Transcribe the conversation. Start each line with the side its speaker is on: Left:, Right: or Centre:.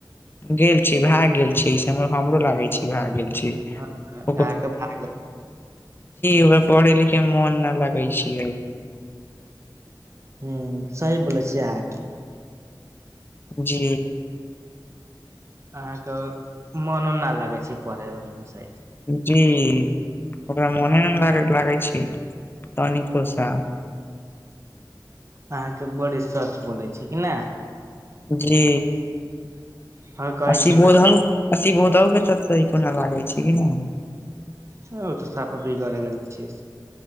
Left: गेल छी भए गेल छी स हमरो लागे छी भए गेल छी <unintelligible> जी
Right: हँ, अहाँके भाग
Left: ओकरा पढ़े लिखे मे मोन न लगे छे
Right: ह सही बोलै छियै अहाँके
Left: जी
Right: अहाँके मनो नहि लागे छै पढ़े उढ़े मे शायद
Left: जी ओकरा मोने ने लागे छै तनिको सा
Right: अहाँके बड़ी सच बोलै छै कि ने
Left: जी
Right: हर कहै
Left: आशि
Right: छै
Left: बोधन
Right: ने
Left: असी भोद के तऽ को नहि लागै छै कि ना
Right: ह ओ तऽ साफा बिगड़ गेल छ